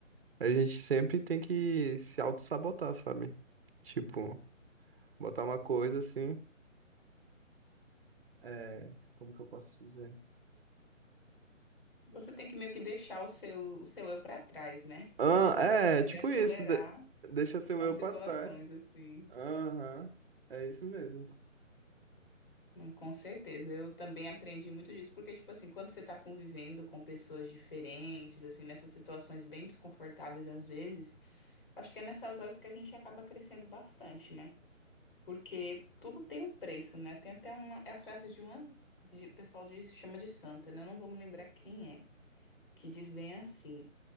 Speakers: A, on the right (about 45°); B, on the left (about 40°).
A: a gente sempre tem que se auto-sabotar, sabe? Tipo, botar uma coisa assim. É, como que eu posso dizer?
B: Você tem que meio que deixar o seu, o seu eu para trás, né?
A: Ah,
B: <laughs> Você
A: é,
B: tem que aprender
A: tipo
B: a tolerar
A: isso, de- deixa seu
B: umas
A: eu
B: situações
A: pra trás.
B: assim.
A: Aham, é isso mesmo.
B: Hum, Com certeza, eu também aprendi muito disso, porque, tipo assim, quando você tá convivendo com pessoas diferentes, assim, nessas situações bem desconfortáveis às vezes, Acho que é nessas horas que a gente acaba crescendo bastante, né? Porque tudo tem um preço, né? Tem até uma. É a frase de uma. De, o pessoal diz, chama de santa, né? Eu não vou me lembrar quem é. Que diz bem assim: